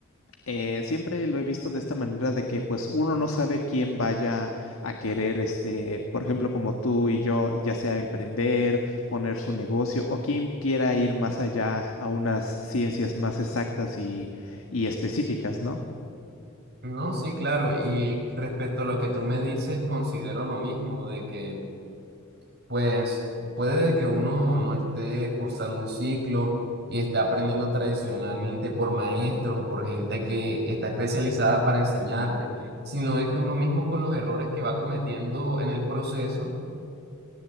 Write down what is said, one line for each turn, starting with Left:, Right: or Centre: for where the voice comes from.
Left: eh, siempre lo he visto de esta manera de que pues uno no sabe quién vaya a querer, este, por ejemplo, como tú y yo, ya sea emprender, poner su negocio o quien quiera ir más allá a unas ciencias más exactas y, y específicas, ¿no?
Right: No, sí, claro. Y respecto a lo que tú me dices, considero lo mismo, de que, pues, puede que uno no esté cursando un ciclo y esté aprendiendo tradicionalmente por maestros o por gente que está especializada para enseñarte, sino de que uno mismo con los errores que va cometiendo en el proceso